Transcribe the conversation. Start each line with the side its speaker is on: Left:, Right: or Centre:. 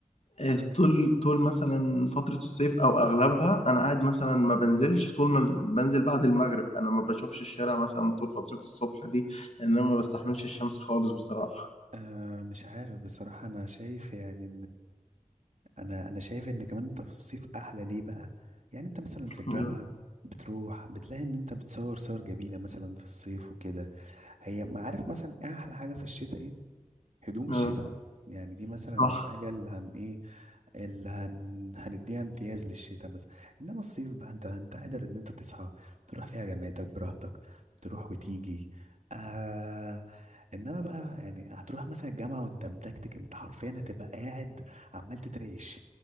Left: آه، طول طول مثلا فترة الصيف او اغلبها انا قاعد مثلا ما بنزلش طول ما بنزل بعد المغرب انا ما بشوفش الشارع مثلا طول فترة الصبح دي لان انا ما بستحملش الشمس خالص بصراحة
Right: آه مش عارف بصراحة انا شايف يعني انا انا شايف ان كمان انت في الصيف احلى ليه بقى يعني انت مثلا في الجامعه
Left: اه
Right: بتروح بتلاقي ان انت بتصور صور جميله مثلا في الصيف وكده هي ما عارف مثلا إيه احلى حاجه في الشتاء ايه هدوم الشتاء
Left: آه،
Right: يعني دي مثلا
Left: صح
Right: الحاجه اللي هن ايه اللي هن... هنديها امتياز للشتاء مثلا انما الصيف بقى انت انت قادر ان انت تصحى تروح فيها جامعتك براحتك تروح وتيجي آه... انما بقى يعني هتروح مثلا الجامعة وانت متكتك انت حرفيا هتبقى قاعد عمال تترعش